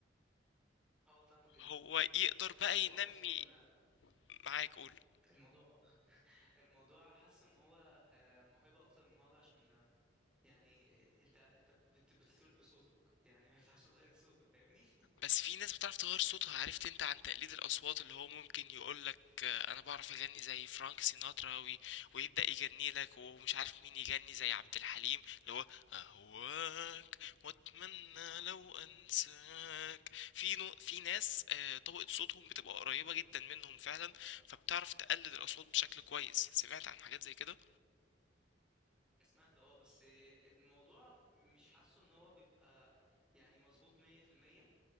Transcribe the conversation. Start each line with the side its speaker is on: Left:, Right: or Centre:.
Centre: أه فاهمة جدا
Left: هو يقدر بقى
Centre: الموضوع
Left: ينمي
Centre: اصلا
Left: معاك قول
Centre: الموضوع الموضوع حاسه ان هو آه، موهبه اكتر من موهبه عشان آه، يعني آه، انت انت بت- بتتولد بصوتك يعني ما ينفعش تغير صوتك فاهمني
Left: بس في ناس بتعرف تغير صوتها عرفت انت عن تقليد الاصوات اللي هو ممكن يقولك آه، انا بعرف اغني زي فرانك سيناترا وي- ويبدا يغني لك ومش عارف مين يغني زي عبد الحليم اللي هو اهواك واتمنى لو انساك في نو في ناس آه، طبقة صوتهم بتبقى قريبة جدا منهم فعلا فبتعرف تقلد الاصوات بشكل كويس سمعت عن حاجات زي كده
Centre: سمعت اه بس الموضوع مش حاسه ان هو بيبقى يعني مظبوط 100%